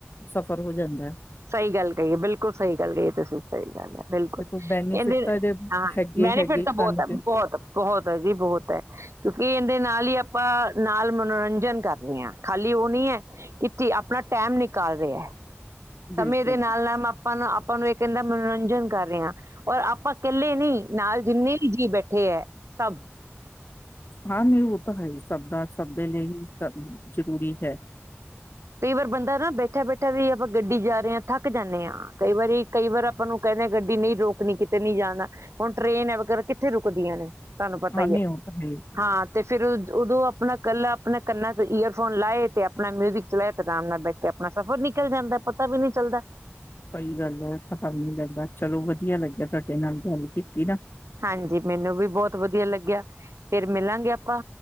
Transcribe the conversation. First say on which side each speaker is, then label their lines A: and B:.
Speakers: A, on the left (about 50°); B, on the right (about 80°).
A: ਸਫ਼ਰ ਹੋ ਜਾਂਦਾ ਹੈ
B: ਸਹੀ ਗੱਲ ਕਹੀ ਐ, ਬਿਲਕੁਲ ਸਹੀ ਗੱਲ ਕਹੀ ਐ ਤੁਸੀਂ, ਸਹੀ ਗੱਲ ਐ, ਬਿਲਕੁਲ
A: ਦੇਖੋ ਬੈਨੀਫਿਟ
B: ਇਹ ਦੇ
A: ਤਾਂ ਇਹਦੇ
B: ਹਾਂ
A: ਹੈਗੇ
B: ਬੈਨੀਫਿਟ
A: ਹੈਗੇ ਹੀ
B: ਤਾਂ ਬੋਤ
A: ਸਾਨੂੰ
B: ਐ
A: ਤੇ
B: ਬੋਤ ਬੋਹੋਤ। ਜੀ ਬੋਤ ਐ, ਕਿਉਕਿ ਐ ਇਹਦੇ ਨਾਲ ਹੀ ਆਪਾਂ ਨਾਲ ਮਨੋਰੰਜਨ ਕਰਨੇ ਆ, ਖਾਲੀ ਓਹ ਨੀ ਐ ਕੀ ਆਪਨਾ ਟਾਈਮ ਨਿਕ ਕਾਲ ਰਿਹਾ ਐ। ਤਾ
A: ਬਿਲਕੁਲ
B: ਮੇਰੇ ਨਾਲ- ਨਾਲ ਮ ਆਪਾਂ ਨਾ ਅਪ ਓਹਨੂੰ ਇਹ ਕਹਿੰਦਾ ਮਨੋਰੰਜਨ ਕਰ ਰਹੇ ਆ ਔਰ ਆਪਾਂ ਕੱਲੇ ਨਹੀ। ਨਾਲ ਜਿੰਨੇ ਵੀ ਜੀਅ ਬੈਠੇ ਐ। ਸਭ।
A: ਹਾਂ, ਨੀ ਓਹ ਤਾ ਹੈ ਹੀ ਸਬਦੇ, ਸਬਦੇ ਲਈ ਹੀ ਸਭ ਜਰੂਰੀ ਹੈ।
B: ਕਈ ਵਾਰ ਬੰਦਾ ਨਾ ਬੈਠਾ ਬੈਠਾ ਵੀ ਆਪਾਂ ਗੱਡੀ ਜਾ ਰਹੇ ਹਾਂ ਥੱਕ ਜਾਨੇ ਆ ਕਈ ਵਾਰੀ ਕਈ ਵਾਰ ਆਪਾਂ ਨੂੰ ਕਹਿੰਨੇ ਆ ਗੱਡੀ ਨਹੀਂ ਰੋਕਨੀ ਕਿਤੇ ਨੀ ਜਾਨਾ ਹੁਨ ਟ੍ਰੇਨ ਹੈ ਵਗੈਰਾ ਕਿੱਥੇ ਰੁਕਦੀਆਂ ਨੇ। ਤੁਹਾਨੂੰ ਪਤਾ
A: ਹਾਂਜੀ
B: ਹੀ ਐ
A: ਉਹ ਤਾਂ ਹੈ ਹੀ।
B: ਹਾਂ ਤੇ ਫਿਰ ਓਦੋਂ ਆਪਨਾ ਕੱਲਾ ਆਪਨੇ ਕੰਨਾਂ ਈਅਰਫੋਨ ਲਾਏ ਤੇ ਆਪਨਾ ਮਿਊਜ਼ਿਕ <unintelligible> ਤੇ ਆਰਾਮ ਨਾਲ ਬੈਠ ਕੇ ਆਪਣਾ ਸਫ਼ਰ ਨਿਕਲ ਜਾਂਦਾ, ਪਤਾ ਵੀ ਨੀ ਚੱਲਦਾ।
A: ਸਹੀ ਗੱਲ ਐ, ਪਤਾ ਵੀ ਨੀ ਲੱਗਦਾ ਚਲੋ ਵਧੀਆ ਲੱਗਿਆ ਤੁਹਾਡੇ ਨਾਲ ਗੱਲ ਕੀਤੀ ਨਾ।
B: ਹਾਂਜੀ, ਮੈਨੂੰ ਵੀ ਬਹੁਤ ਵਧੀਆ ਲੱਗਿਆ, ਫਿਰ ਮਿਲਾਂਗੇ ਆਪਾਂ।